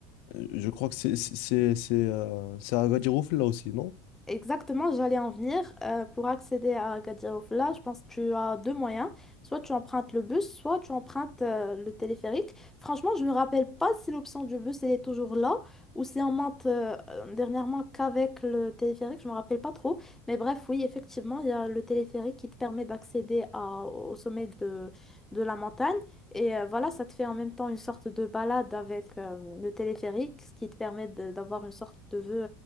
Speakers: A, on the left; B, in the centre.
A: euh, je crois que c'est c'est c'est c'est euh, c'est à Agadir Oufel, là aussi, non?
B: Exactement, j'allais en venir. Euh, pour accéder à Agadir Oufla, je pense que tu as deux moyens. Soit tu empruntes le bus, soit tu empruntes euh, le téléphérique. Franchement, je ne me rappelle pas si l'option du bus elle est toujours là ou si on monte euh, euh, dernièrement qu'avec le téléphérique. Je ne me rappelle pas trop. Mais bref, oui, effectivement, il y a le téléphérique qui te permet d'accéder à- au sommet de, de la montagne. Et euh, voilà, ça te fait en même temps une sorte de balade avec euh, le téléphérique, ce qui te permet de- d'avoir une sorte de vue